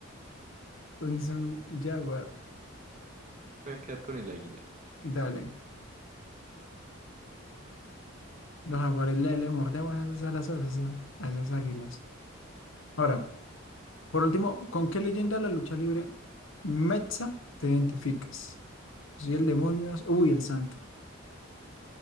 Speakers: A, on the left; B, on the right.
A: un, un jaguar.
B: voy a quedar con el águila.
A: Dale, los jaguares le, le mordemos esas alas a esas, a esas águilas. Ahora, por último, ¿con qué leyenda de la lucha libre mexa te identificas? Si el demonio, uy, el santo.